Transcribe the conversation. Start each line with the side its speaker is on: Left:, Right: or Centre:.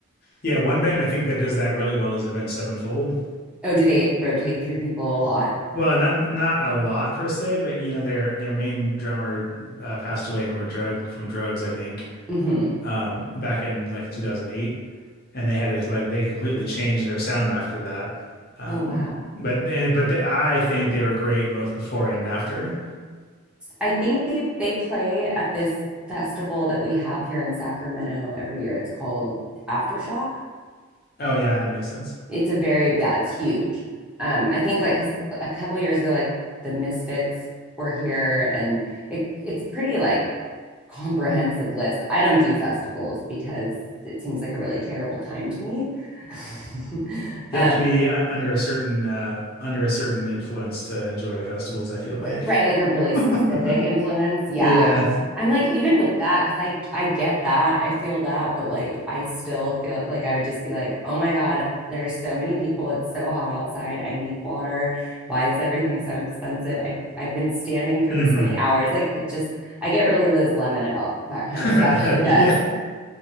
Left: Yeah, one band I think that does that really well is the band Sevenfold.
Centre: Oh, do they rotate through people a lot?
Left: Well, not not a lot per se, but you know their their main drummer uh, passed away from a drug from drugs, I think,
Centre: hmm
Left: um, back in like 2008. and they had to like they completely changed their sound after that. Um,
Centre: Oh, wow.
Left: but eh, but the, I think they were great both before and after.
Centre: I think they they play at this festival that we have here in Sacramento every year. It's called Aftershock.
Left: Oh yeah, that makes sense.
Centre: It's a very yeah, it's huge. Um, I think like because a couple years ago, like the Misfits were here, and it it's pretty like comprehensive list. I don't do festivals because it seems like a really terrible time to me. <laughs>
Left: You
Centre: Um,
Left: have to be uh, under a certain uh, under a certain influence to enjoy festivals, I feel like.
Centre: right like a really specific
Left: <laughs>
Centre: influence yeah
Left: Yeah.
Centre: i'm like even with that because i i get that i feel that but like i still feel like i would just be like oh my god there's so many people it's so hot outside i need water why is everything so expensive i i've been standing for
Left: hmm
Centre: this many hours like it just i get really liz lemon about that kind
Left: <laughs>
Centre: of stuff i guess
Left: Yeah.
Centre: <laughs>